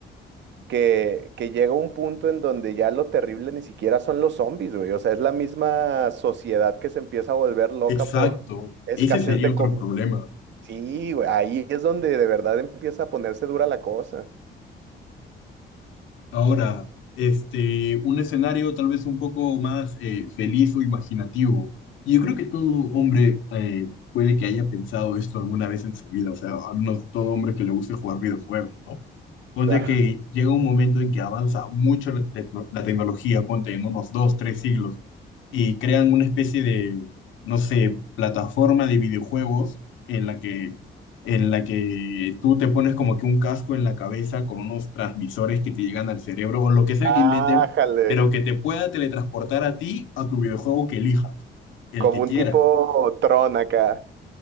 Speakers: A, on the right; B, on the left.
A: que, que llega un punto en donde ya lo terrible ni siquiera son los zombies, güey, o sea, es la misma sociedad que se empieza a volver loca
B: Exacto.
A: por escasez
B: Ese sería
A: de
B: otro
A: comida.
B: problema.
A: Sí, güey, ahí es donde de verdad empieza a ponerse dura la cosa. <laughs>
B: Ahora, este, un escenario tal vez un poco más eh, feliz o imaginativo. Y yo creo que todo hombre eh, puede que haya pensado esto alguna vez en su vida, o sea, al menos todo hombre que le guste jugar videojuegos, ¿no? Ponte
A: Claro.
B: que llega un momento en que avanza mucho la, tecno- la tecnología, ponte en unos dos, tres siglos, y crean una especie de, no sé, plataforma de videojuegos en la que en la que tú te pones como que un casco en la cabeza con unos transmisores que te llegan al cerebro o lo que sea que
A: Ájale,
B: inventen, pero que te pueda teletransportar a ti, a tu videojuego que elijas, el
A: como
B: que
A: un
B: quieras.
A: tipo Tron acá.